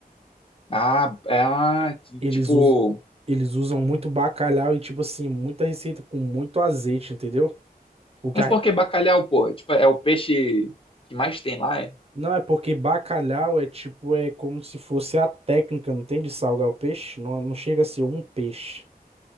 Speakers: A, on the left; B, on the right.
A: Ah, é, ah, t-
B: Eles,
A: tipo.
B: us... eles usam muito bacalhau e, tipo assim, muita receita com muito azeite, entendeu? O que
A: Mas
B: a-
A: por que bacalhau, pô? É, Tipo, é o peixe que mais tem lá, é?
B: Não, é porque bacalhau é tipo, é como se fosse a técnica, não tem? De salgar o peixe. Não, não chega a ser um peixe.